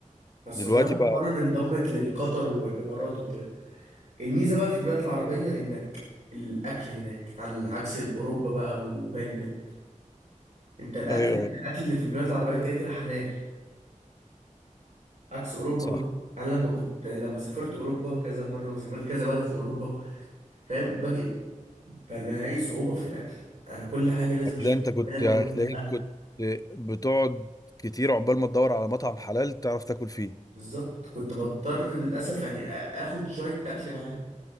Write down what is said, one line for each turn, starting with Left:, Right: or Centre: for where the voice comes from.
Right: فالسعوديه
Left: دلوقتي
Right: مؤخرا
Left: بقى
Right: انضمت للقطر والامارات وكده الميزه بقى في البلاد العربيه انك الاكل هناك عن عكس اوروبا بقى وباقي البلاد انت الاكل
Left: ايوه
Right: انت
Left: ايوه
Right: الاكل اللي في البلاد العربيه كده كده حلال عكس اوروبا
Left: صح
Right: بقى انا لما كنت لما سافرت اوروبا كذا مره وسافرت كذا بلد في اوروبا فاهم باجي بلاقي صعوبه في الاكل انا كل حاجه لازم
Left: هتلاقي
Right: اشوف
Left: انت
Right: دي
Left: كنت
Right: حلال ولا
Left: هتلاقيك
Right: لا
Left: كنت بتقعد كتير عقبال ما تدور على مطعم حلال تعرف تاكل فيه
Right: بالظبط كنت بضطر للاسف يعني آ- اخد شويه اكل معايا